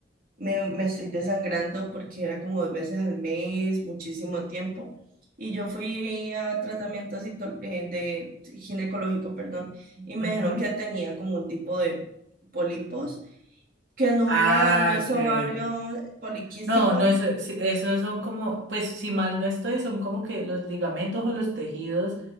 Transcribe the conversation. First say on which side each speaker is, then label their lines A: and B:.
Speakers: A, on the right (about 50°); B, on the right (about 80°).
A: me, me estoy desangrando porque era como dos veces al mes, muchísimo tiempo. Y yo fui a tratamiento cito- eh, de ginecológico, perdón, y
B: <laughs>
A: me
B: Ujú.
A: dijeron que tenía como un tipo de pólipos, que no
B: Ah,
A: era, no es
B: ok.
A: ovario poliquístico,
B: No, no, eso, sí, eso son como, pues si mal no estoy, son como que los ligamentos o los tejidos